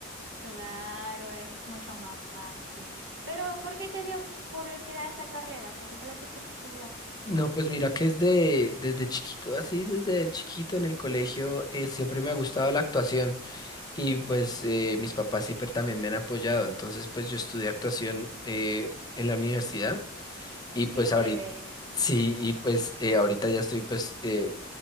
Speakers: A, on the right; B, on the left.
A: Claro, es mucho más fácil. Pero, ¿por qué te dio p- curiosidad esa carrera? ¿Por qué la quisiste estudiar?
B: No, pues mira que desde, desde chiquito, así desde chiquito en el colegio eh, siempre me ha gustado la actuación y pues eh, mis papás siempre también me han apoyado. Entonces pues yo estudié actuación eh, en la universidad. Y pues
A: Qué chévere.
B: ahorita, sí, y pues eh, ahorita ya estoy pues eh,